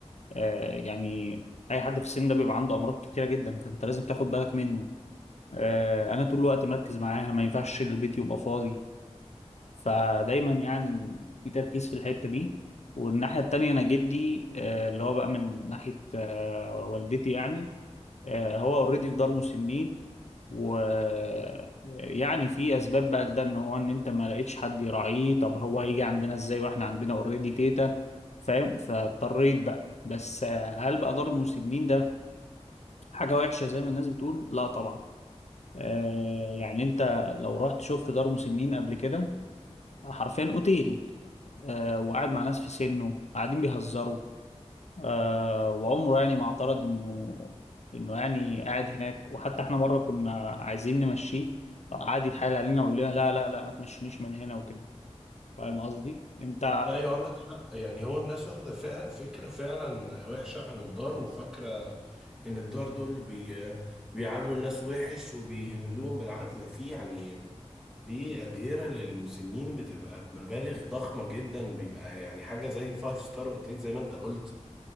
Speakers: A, on the left; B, in the centre.
A: أه يعني اي حد في السن ده بيبقى عنده امراض كتيره جدا فانت لازم تاخد بالك منه أه انا طول الوقت مركز معاها ما ينفعش البيت يبقى فاضي فدايما يعني في تركيز في الحتة دي والناحية التانية أنا جدي آه، اللي هو بقى من ناحية آه، والدتي يعني آه، هو اوريدي في دار مسنين ويعني في أسباب بقى لده إن هو إن أنت ما لقيتش حد يراعيه طب هو هيجي عندنا إزاي وإحنا عندنا اوريدي تيتا فاهم فاضطريت بقى بس آه، هل بقى دار المسنين ده حاجة وحشة زي ما الناس بتقول؟ لا طبعا آه، يعني أنت لو رحت شفت دار مسنين قبل كده حرفيا أوتيل آه وقاعد مع ناس في سنه قاعدين بيهزروا آه وعمره يعني ما اعترض انه انه يعني قاعد هناك وحتى احنا مره كنا عايزين نمشيه قعد يتحايل علينا ويقول لنا لا لا لا ما تمشونيش من هنا وكده فاهم قصدي انت
B: ايوه عندك حق يعني هو الناس واخدة فع- فكرة فعلا وحشة عن الدار وفاكرة ان الدار دول بي بيعاملوا الناس وحش وبيهملوهم بالعكس ده في يعني في أديرة للمسنين بتبقى بمبالغ ضخمة جدا بيبقى يعني حاجة زي فايف ستار اوتيل زي ما انت قلت